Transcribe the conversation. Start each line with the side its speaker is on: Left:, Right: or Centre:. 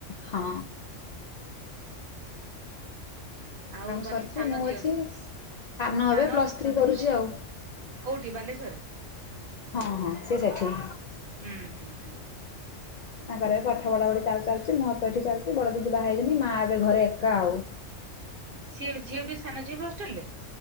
Left: ହଁ। ଜଣଙ୍କ
Right: ଆଉ
Left: କାମ
Right: ବାକି
Left: ସରିଛି
Right: ସାନ
Left: ମୁଁ
Right: ଝିଅ
Left: ଅଛି ସାନ
Right: ସାନ
Left: ଏବେ ପ୍ଲସ ଥ୍ରୀ କରୁଛି ଆଉ।
Right: କୋଉଠି ବାଲେଶ୍ୱରରେ?
Left: ହଁ ହଁ ସେ ସେଠି
Right: ହୁଁ ହୁଁ ହୁଁ।
Left: ତାଙ୍କର ଏବେ ପାଠ ପଢାପଢ଼ି ତାର ଚାଲିଛି ମୋର ତ ଏଇଠି ଚାଲିଛି ବଡ଼ ଦିଦି ବାହା ହେଇଛନ୍ତି ମା ଏବେ ଘରେ ଏକା ଆଉ।
Right: ସିଏ ଝିଅ ବି ସାନ ଝିଅ ବି ହଷ୍ଟେଲ ରେ